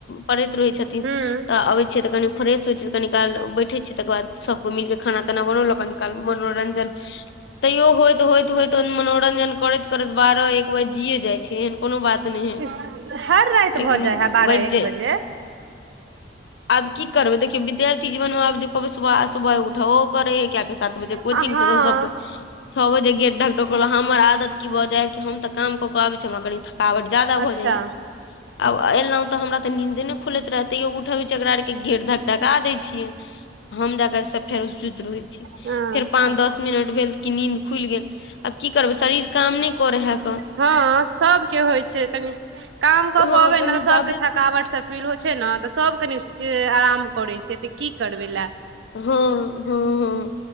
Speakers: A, on the left; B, on the right.
A: पड़ैत रहैत छथिन
B: हूं
A: तऽ अबैत छियै तऽ कनि फ्रेश होइ छै त कनि काल बैठे छियै तकर बाद सभके मिल क खाना ताना बनौलक कनि काल मनोरंजन तैयो होइत होइत होइत मनोरंजन करैत करैत बारह एक बार जियए जाइत छै एहन कोनो बात नहि है
B: इ हर राति
A: लेकिन
B: भऽ जाइ हइ बारह
A: बजि
B: एक
A: जे
B: बजे
A: आब की करबै देखियौ विद्यार्थीनमे आब कहबै सुबह सुबह उठबो करे है कि सात बजे कोचिंग
B: हँ
A: छै तऽ सब छओ बजे गेट ढक ढकलक हमर आदत की भऽ जाय कि हम तऽ काम कऽ के आबे छी हमरा कनि थकावट ज्यादा
B: अच्छा
A: भजाएया त हमारा त निन्दे नय खुलेय जकरा आर के गेट घक धका दै छियै हम जक सब फेर सुति रहै छी
B: हँ
A: फेर
B: अच्छा
A: पान दस मिनट भेल कि नीन्द खुलि गेल आब की करबै शरीर काम नहि करे है क
B: हँ सबके होइ छै कनि काम कऽ
A: हँ
B: के अबै
A: कनि
B: ने तऽ
A: जादे
B: सभके थकावट
A: हँ
B: से फील होइ छै ने तऽ सभ कनि आराम करै छै तऽ की करबै लए
A: हँ हँ हँ